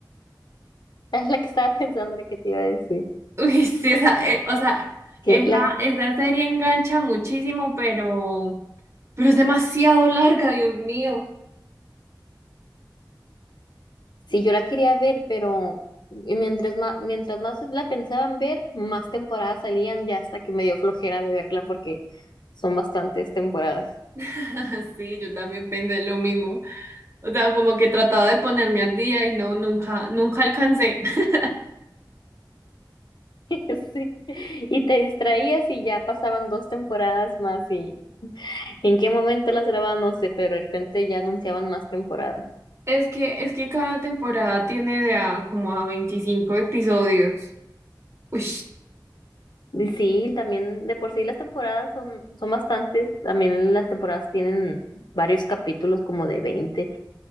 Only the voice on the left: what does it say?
es la que estaba pensando la que te iba a decir.
Que
la...
Sí, yo la quería ver, pero y mientras más, mientras más la pensaban ver, más temporadas salían ya hasta que me dio flojera de verla porque son bastantes temporadas.
<laughs> Sí. Y te distraías y ya pasaban dos temporadas más y en qué momento las grababan, no sé, pero de repente ya anunciaban más temporadas.
Y sí, también de por sí las temporadas son, son bastantes, también las temporadas tienen varios capítulos como de 20